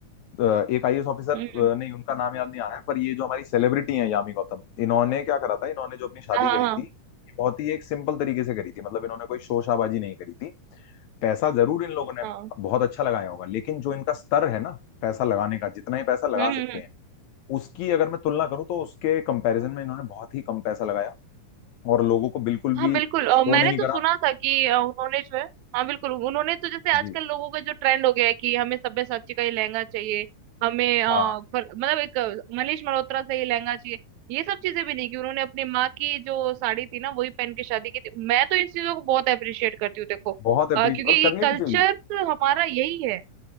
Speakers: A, on the left; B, on the right.
A: अ, एक आईएएस ऑफिसर
B: हम्म हम्म
A: अ, नहीं उनका नाम याद नहीं आ रहा है पर ये जो हमारी सेलिब्रिटी हैं यामी गौतम इन्होंने क्या करा था इन्होंने जो अपनी शादी
B: हाँ
A: करी
B: हाँ
A: थी ये बहुत ही एक सिंपल तरीके से करी थी मतलब इन्होंने कोई शोरशाबाजी नहीं करी थी पैसा जरूर इन लोगों ने
B: हाँ हम्म
A: बहुत अच्छा लगाया होगा लेकिन जो इनका स्तर है ना पैसा लगाने का जितना ही पैसा लगा
B: हम्म
A: सकते
B: हम्म।
A: हैं उसकी अगर मैं तुलना करूं तो उसके कंपैरिजन में इन्होंने बहुत ही कम पैसा लगाया और लोगों को बिल्कुल
B: हाँ
A: भी
B: बिल्कुल
A: शो
B: और मैंने
A: नहीं
B: तो
A: करा
B: सुना था कि अ, उन्होंने जो है हाँ बिल्कुल उन्होंने तो जैसे आजकल
A: जी
B: लोगों का जो ट्रेंड हो गया है कि हमें सब्यसाची का ही लहंगा चाहिए हमें अ,
A: हाँ
B: पर, मतलब एक अ, मनीष मल्होत्रा से ही लहंगा चाहिए ये सब चीजें भी नहीं कि उन्होंने अपनी माँ की जो साड़ी थी ना वही पहन के शादी की थी मैं तो इन चीजों को बहुत अप्रिशिएट करती हूँ देखो
A: बहुत अप्रिशिएट
B: अ, क्योंकि
A: और करनी
B: कल्चर
A: भी चाहिए
B: हमारा यही है